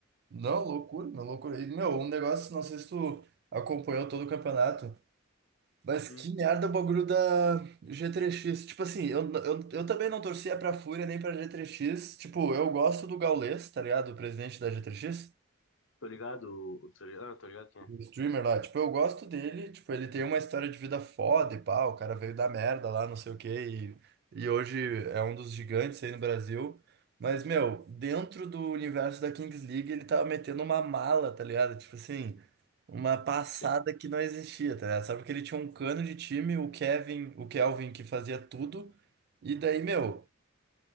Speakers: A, on the right (about 50°); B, on the left (about 65°).
A: Não, loucura, meu, loucura. E, meu, um negócio, não sei se tu acompanhou todo o campeonato. Mas
B: Hum,
A: que merda o bagulho da G3X. Tipo assim, eu, eu, eu também não torcia pra Fúria nem pra G3X. Tipo, eu gosto do Gaules, tá ligado? O presidente da G3X.
B: tô ligado, o- tô ligado, ah, tô ligado quem é.
A: O streamer lá, tipo, eu gosto dele, tipo, ele tem uma história de vida foda e pá, o cara veio da merda lá, não sei o quê, e, e hoje é um dos gigantes aí no Brasil. Mas, meu, dentro do universo da Kings League, ele tava metendo uma mala, tá ligado? Tipo assim, uma passada
B: Sim,
A: que não existia, tá ligado? Sabe porque ele tinha um cano de time, o Kevin, o Kelvin que fazia tudo, e daí, meu.